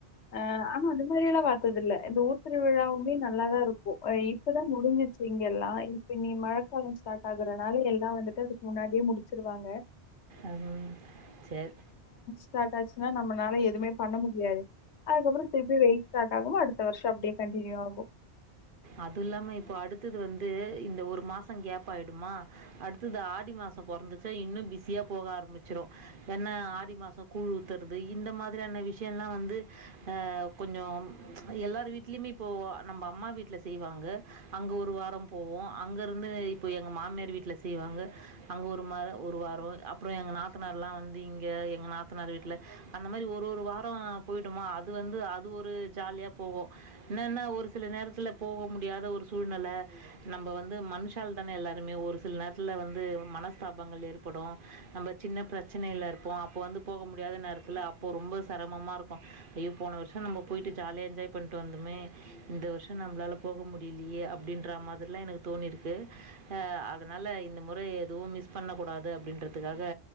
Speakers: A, on the left; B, on the right.
A: ஆஹ் ஆனா அந்த மாதிரியல்லா பாத்ததுலல் இந்த ஊர் த்திருவிழாவுமே நல்லாதா இருக்கு இப்பதா முடிஞ்சிச்சு இங்க எல்லா இப்ப இனி மழக்காலம் ஸ்டார்ட் ஆகுறனால எல்லா வந்துட்டு அதுக்கு முன்னாடியே முடிச்சிருவாங்க
B: அஹ்ம் சேர்
A: ஸ்டாட் ஆச்சுன்னா நம்மனால எதுமே பண்ண முடியாது அதுக்கப்றம் திருப்பி வெயில் ஸ்டாட் ஆகுமா அடுத்த வர்ஷோ அப்டியே கண்டினியூ ஆகோ
B: அது இல்லாம இப்ப அடுத்தது வந்து இந்த ஒரு மாச கேப் ஆய்டுமா அடுத்தது ஆடி மாச பொறந்துச்ச இன்னு பிஸியா போக ஆரம்பிச்சுரு என்னா ஆடி மாசோ கூழ் ஊதற்து இந்த மாதிரியான விஷ்யம்லா வந்து அஹ் கொஞ்சோ எல்லார் வீட்லயுமே இப்போ நம்ப அம்மா வீட்ல செய்வாங்க அங்க ஒரு வாரோ போவோ அங்க இருந்து இப்போ எங்க மாமியார் வீட்ல செய்வாங்க அங்க ஒரு ம ஒரு வாரோ அப்றோ எங்க நாத்தனார்லா வந்து இங்க எங்க நாத்தனாரு வீட்ல அந்த மாரி ஒரு ஒரு வாரோ போயிட்டோமா அது வந்து அது ஒரு ஜாலியா போவோ என்னன்னா ஒரு சில நேரத்துல போக முடியாத ஒரு சூழ்நெல நம்ப வந்து மனுஷால் தானே எல்லாருமே ஒரு சில நேரத்துல வந்து மனஸ்தாபங்கள் ஏற்படூ நம்ம சின்ன பிரச்னைல இருப்போ அப்போ வந்து போக முடியாத நேரதுல அப்போ ரொம்ப செரமமா இருக்கோ ஐயோ போன வர்ஷோ நம்ம போய்டு ஜாலியா என்ஜாய் பண்ட்டு வந்தமே இந்த வர்ஷோ நம்ளால போக முடிலியே அப்டின்ற மாதிரிலா எனக்கு தோணிருக்கு ஹ அதனால இந்த முற எதுவு மிஸ் பண்ணகூடாது அப்டின்றதுகாக